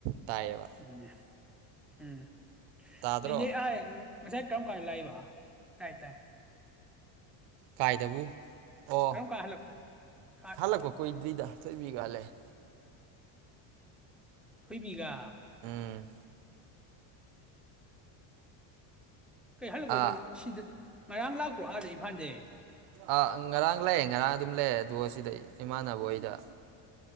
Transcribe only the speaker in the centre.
ꯑꯗꯨꯅꯦ ꯎꯝ
ꯃꯤꯅ ꯑꯥꯏ ꯉꯁꯥꯏ ꯀꯝ ꯀꯟ ꯂꯛꯏꯕ ꯇꯥꯏ ꯇꯥꯏ
ꯀꯔꯝ ꯀꯥꯟ ꯍꯜꯂꯛꯄ ꯑꯥ
ꯑꯣ
ꯊꯣꯏꯕꯤꯒꯥ
ꯀꯩꯍꯜꯂꯛꯄꯩꯕ
ꯅꯪ ꯁꯤꯗ ꯉꯔꯥꯡ ꯂꯥꯛꯄ꯭ꯔꯣ ꯑꯗ ꯏꯝꯐꯥꯜꯁꯦ